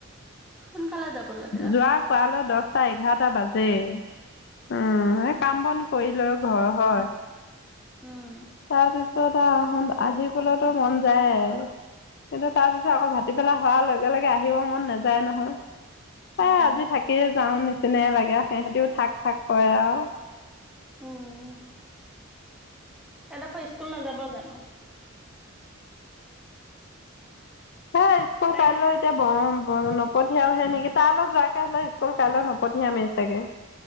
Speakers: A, in the centre; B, on the left (about 55°).
A: সোনকালে যাব লাগে
B: যোৱা খোৱালৈ দশটা এঘাৰটা বাজে। উম,
A: উম
B: এই কাম বন কৰিল ঘৰ হয়।
A: উম
B: তাৰপিছত আহ, আহোন আহিবলেতো মন যায়। কিন্তু তাৰপিছ আকৌ ভাটিবেলা হোৱাৰ লগে - লগে আহিব মন নাযায় নহয়। এহ,
A: উম
B: আজি থাকিয়ে যাও নিচিনাই লাগে সিহতিও থাক থাক কৰে আৰু।
A: উম এডোখৰ স্কুল নাযাবাও জানো। <inaudible>
B: হেই স্কুল
A: তাইক
B: কাইলৈ এতিয়া যাব। ব নপঠিয়াওহে নেকি তাৰ অলত যোৱাকে হলে স্কুল কাইলৈ নপঠিয়ামেই চাগে।